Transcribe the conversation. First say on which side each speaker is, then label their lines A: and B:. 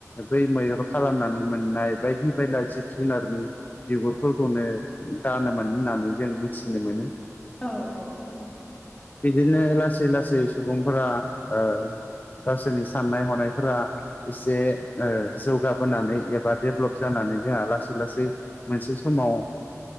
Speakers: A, on the left; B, on the left.
A: बै मैहुर खालामनानै मोननाय बायदि बायला जिब जुनारनि बिगुरफोरखौनो गानोमोन होननानै जों मि थिनो मोनो।
B: औ औ नंगौ
A: बिदिनो लासै लासै सुबुंफोरा ओ गावसोरनि साननाय हनायफोरा एसे ओ जौगाबोनानै एबा डेभ्लप जाना नै जोंहा लासै लासै मोनसे समाव